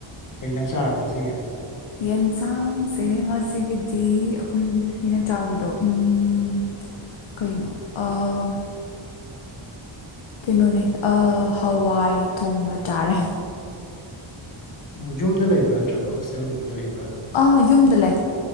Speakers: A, on the left (about 40°); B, on the left (about 65°).
A: ꯀꯩꯖꯥꯡ ꯆꯥꯔꯕ ꯉꯁꯤꯒꯤꯗꯤ
B: ꯌꯦꯟꯖꯥꯡꯖꯦ ꯉꯁꯤꯒꯤꯗꯤ ꯑꯈꯣꯢ ꯑꯩꯅ ꯆꯥꯕꯗꯣ ꯎꯝ ꯀꯩꯅꯣ ꯑꯥꯝ ꯀꯩꯅꯣꯅꯦ ꯑꯥ ꯍꯋꯥꯢ ꯊꯣꯡꯕ ꯆꯥꯔꯦ
A: ꯑꯣ ꯌꯨꯝꯗ ꯂꯩꯕ꯭ꯔꯥ ꯅꯠꯇ꯭ꯔꯒ ꯍꯣꯁꯇꯦꯜꯒꯨꯝꯕꯗ ꯂꯩꯕ꯭ꯔꯥ
B: ꯑꯥ ꯌꯨꯝꯗ ꯂꯩ